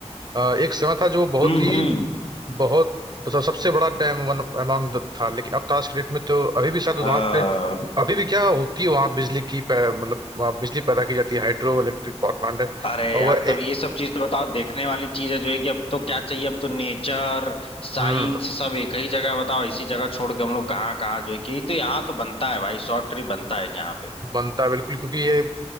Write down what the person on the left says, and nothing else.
हम्म
हम्म
हाँ
अरे
यार
तब
ये सब चीज तो बताओ देखने वाली चीज है जो है कि अब तो क्या चाहिए अब तो नेचर साइंस
सब एक ही जगह बताओ इसी जगह छोड़ के हम लोग कहाँ कहाँ जो है कि तो यहाँ तो बनता है भाई शॉर्ट ट्रिप बनता है यहाँ पे